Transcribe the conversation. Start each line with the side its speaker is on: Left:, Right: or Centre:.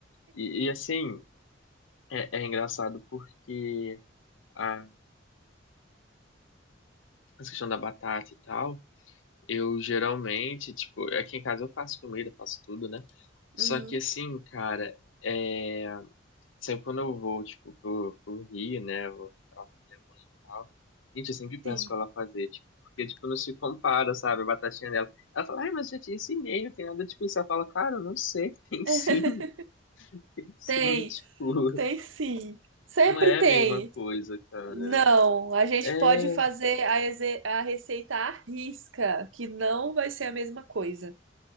Left: E, e assim, é, é engraçado porque a essa questão da batata e tal, eu geralmente, tipo, aqui em casa eu faço comida, faço tudo, né? Só
Right: Uhum,
Left: que assim, cara, é. sempre quando eu vou, tipo, pro, pro Rio, né, eu vou ficar lá com a minha mãe e tal, gente, eu sempre peço
Right: sim.
Left: pra ela fazer, tipo, porque, tipo, não se compara, sabe, a batatinha dela. Ela fala, ai, mas eu já te ensinei, não tem nada tipo isso. Ela fala, cara, eu não sei, tem sim,
Right: <laughs>
Left: <laughs> tem sim,
Right: Tem.
Left: tipo,
Right: Tem sim. Sempre
Left: não é
Right: tem.
Left: a mesma coisa, cara.
Right: Não, a gente
Left: É,
Right: pode fazer a, exe- a receita à risca, que não vai ser a mesma coisa.